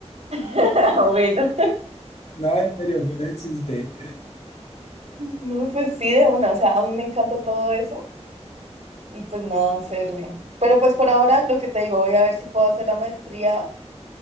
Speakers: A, on the right; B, on the left.
A: <laughs> Bueno,
B: No, en serio, fuera de chiste.
A: No, pues sí, de una. O sea, a mí me encanta todo eso y pues nada, hacerle. Pero pues por ahora lo que te digo, voy a ver si puedo hacer la maestría.